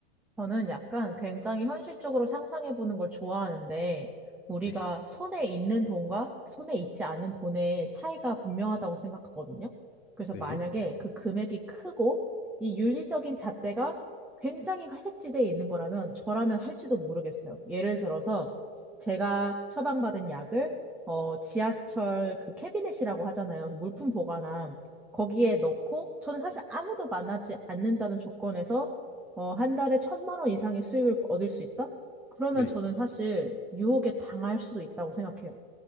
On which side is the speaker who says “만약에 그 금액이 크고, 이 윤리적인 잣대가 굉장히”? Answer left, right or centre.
Centre